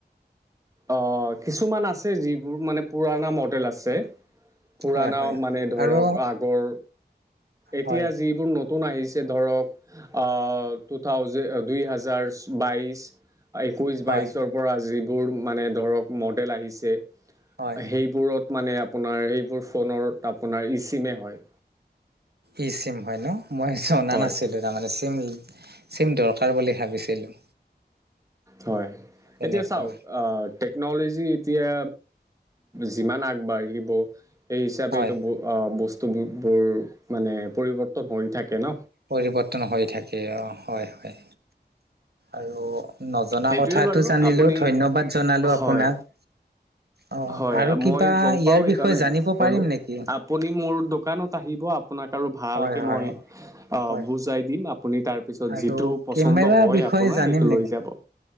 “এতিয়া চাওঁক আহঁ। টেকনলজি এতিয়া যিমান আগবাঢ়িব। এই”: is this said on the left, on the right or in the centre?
Right